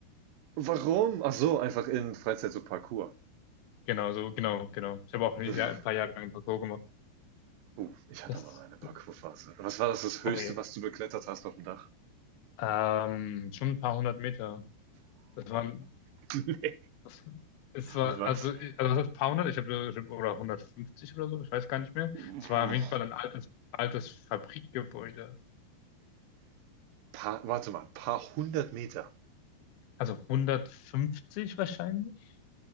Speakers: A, on the right (about 75°); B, on the left (about 70°).
A: Warum? Ach so, einfach in Freizeit so Parkour.
B: Genau, so, genau, genau. Ich habe auch ja,
A: <laughs>
B: ein paar Jahre lang ein Parkour gemacht.
A: Uh, ich hatte
B: Das,
A: mal meine Parkour-Phase. Was war das, das
B: oh
A: Höchste,
B: je.
A: was du beklettert hast auf dem Dach?
B: Ähm, schon ein paar hundert Meter. Das waren,
A: <laughs> Nee.
B: das, es war,
A: Was?
B: also, also das paar hundert, ich habe, oder hundertfünfzig oder so, ich weiß gar nicht mehr.
A: Nee.
B: Es war auf jeden Fall ein altes, altes Fabrikgebäude.
A: Paar, warte mal, paar hundert Meter.
B: Also hundertfünfzig wahrscheinlich?